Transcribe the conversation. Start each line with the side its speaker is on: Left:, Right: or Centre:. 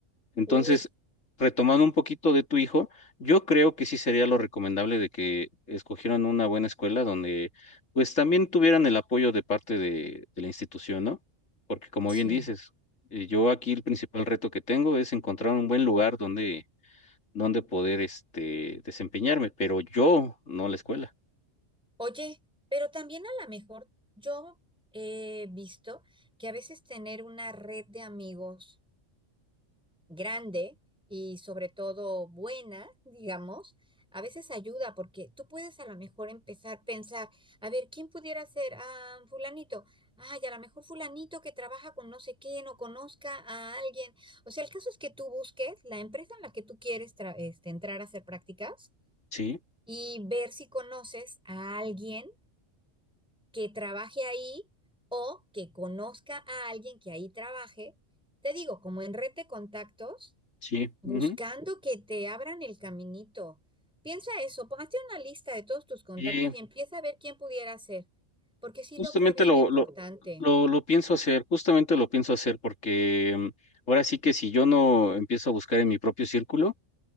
Left: Entonces,
Centre: uy,
Left: retomando un poquito de tu hijo, yo creo que sí sería lo recomendable de que escogieran una buena escuela donde pues también tuvieran el apoyo de parte de, de la institución, ¿no? Porque como
Centre: sí.
Left: bien dices, eh, yo aquí el principal reto que tengo es encontrar un buen lugar donde, donde poder este, desempeñarme, pero yo, no la escuela.
Centre: Oye, pero también a lo mejor yo he visto que a veces tener una red de amigos, grande y sobre todo buena, digamos, a veces ayuda porque tú puedes a lo mejor empezar a pensar, a ver, ¿quién pudiera ser? Ah, fulanito. Ay, a lo mejor fulanito que trabaja con no sé quién o conozca a alguien. O sea, el caso es que tú busques la empresa en la que tú quieres tra- este, entrar a hacer prácticas
Left: Sí,
Centre: y ver si conoces a alguien que trabaje ahí o que conozca a alguien que ahí trabaje. Te digo, como en red de contactos
Left: sí.
Centre: Buscando
Left: ujú.
Centre: que te abran el caminito. Piensa eso, pon- hazte una lista de todos tus contactos
Left: Sí,
Centre: y empieza a ver quién pudiera ser, porque sí
Left: Justamente
Centre: lo creo bien
Left: lo,
Centre: importante.
Left: lo, lo, lo pienso hacer, justamente lo pienso hacer porque mm, ahora sí que si yo no empiezo a buscar en mi propio círculo,